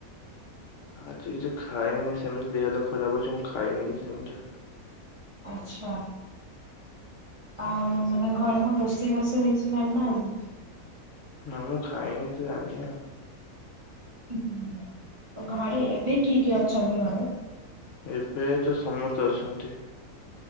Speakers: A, on the left; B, on the right.
A: ଆଜି କିଛି ଖାଇନି ସେମିତି ଦେହ ତ ଖରାପ ହୋଉଚି। ମୁଁ ଖାଇନି କିଛି ସେମିତି।
B: ଆଚ୍ଛା। ଆଉ ମାନେ ଘରେ କଣ ରୋଷେଇ ଫୋଷେଇ ହେଇଚି ଜାଣିନାହାନ୍ତି।
A: ନାଁ ମୁଁ ଖାଇନି ତ ଜାଣିନି ଆଉ।
B: ହୁଁ। <unintelligible> ତ ଘରେ ଏବେ କିଏ କିଏ ଅଛନ୍ତି ଘରେ?
A: ଏବେ ତ ସମସ୍ତେ ଅଛନ୍ତି।